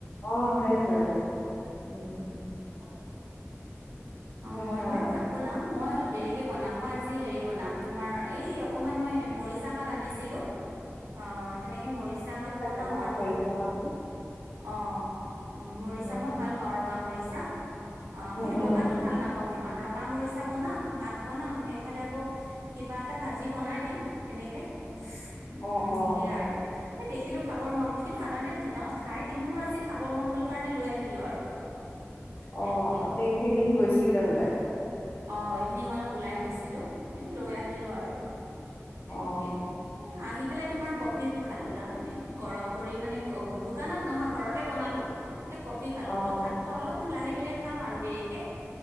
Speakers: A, on the left; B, on the right.
A: আহ
B: সেইটো
A: সেইটোৱে
B: কথা
A: উম
B: <inaudible> অ
A: সেইকাৰণে
B: মই বাৰু ভাত বনাম মই অলপ দেৰিকে বনাম মই আজি আজি হেৰি বনাম তোমাৰ এই অকমান মই মৰিচা শাক আনিছিলো অ তেনেকে মৰিচা শাক
A: আছে চাগে
B: বনাম
A: ন
B: আৰু
A: মৰিচা শাকটো
B: অহ উম মৰিচা
A: উম
B: মই ভাল পাওঁ ৰঙা মৰিচা পইছা অ
A: উম
B: কিন্তু
A: উম
B: বগাটো ভাল নাপাওঁ সিমান ৰঙা মৰিচা বনাম ভাত বনাম ইফালে আকৌ কিবা এটা ভাজি বনাই দিম তেনেকে উম
A: অ অ
B: সেয়া আৰু এ দেখিলো খাবৰ মন গ'ল কিন্তু সাধাৰণতে দিনত খাই কিন্তু মোৰ আজি খাবৰ মন গল কাৰণে লৈ আহিলো আৰু তেনেকে
A: অ আপুনি ইভিনিং গৈছিলে ওলাই
B: অ ইভিনিং অলপ ওলাই গৈছে ছিলো সেইটো লৈ আহিলো আৰু তেনেকে
A: অ
B: এ আহি পেলাই তোমাৰ কফি খালো তাৰ মানে গৰম কৰি মানে দোকানত নহয় ঘৰতে বনালো এ কফি খালো
A: অ
B: তো ভাতটো অলপমান লাহেকে ৰে খাম আৰু দেৰিকে